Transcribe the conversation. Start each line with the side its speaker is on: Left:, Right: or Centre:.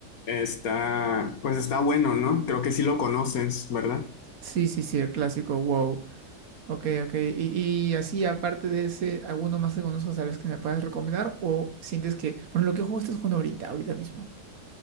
Left: está, pues está bueno, ¿no? Creo que sí lo conoces, ¿verdad?
Right: Sí, sí, sí, el clásico, wow. Ok, ok. Y, y así, aparte de ese, ¿alguno más que conozcas tal vez que me puedas recomendar? ¿O sientes que, por ejemplo, qué juego estás jugando ahorita, ahorita mismo?